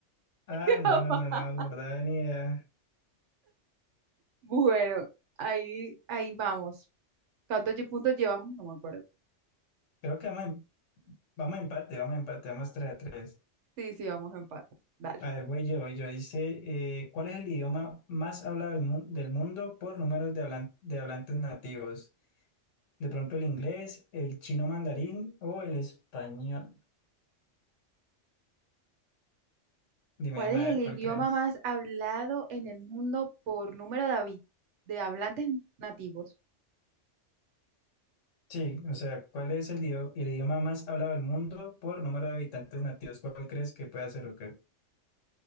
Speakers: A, on the left (about 80°); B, on the right (about 70°).
A: ah,
B: <laughs>
A: no, no, no, no, la verdad ni idea.
B: Bueno, ahí, ahí vamos. ¿Cuántos lle- puntos llevamos? No me acuerdo.
A: Creo que vamos, en- vamos a empate, vamos a empate, vamos 3 a 3.
B: Sí, sí, vamos a empate. Dale.
A: A ver, voy yo, voy yo. Dice, eh, ¿cuál es el idioma más hablado del, mu- del mundo por números de, hablan- de hablantes nativos? De pronto el inglés, el chino mandarín o el español. Dime,
B: ¿Cuál
A: dime
B: es
A: a
B: el
A: ver
B: idioma
A: cuál crees.
B: más hablado en el mundo por número de, habi- de hablantes nativos?
A: Sí, o sea, ¿cuál es el, dio- el idioma más hablado del mundo por número de habitantes nativos? ¿Cuál crees que puede ser o qué?